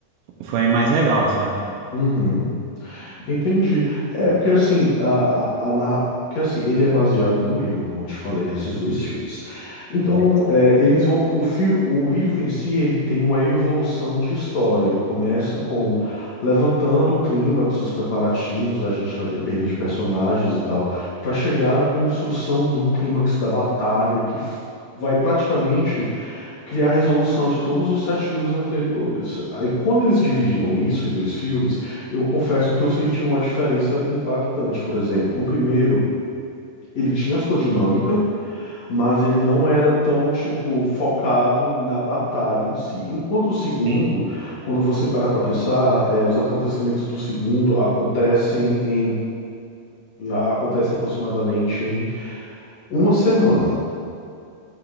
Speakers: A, on the right; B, on the left.
A: foi mais legal, sabe?
B: uhum. Entendi. É porque assim, a, a, a narra... porque assim, ele é baseado no livro, como eu te falei, nesses dois filmes. Então,
A: Certo.
B: é, eles vão. O, fi... o livro em si, ele tem uma evolução de história. Ele começa com levantando o clímax, os preparativos, né? A gente vai ter perda de personagens e tal, para chegar na construção de um clímax da batalha que f- vai praticamente criar a resolução de todos os sete livros anteriores. Aí, quando eles dividiram isso em dois filmes, eu confesso que eu senti uma diferença impactante. Por exemplo, o primeiro. Ele tinha sua dinâmica, mas ele não era tão, tipo, focado na batalha em si. Enquanto o segundo,
A: Sim.
B: quando você para para pensar, eh, os acontecimentos do segundo acontecem em, a- acontece aproximadamente em uma semana.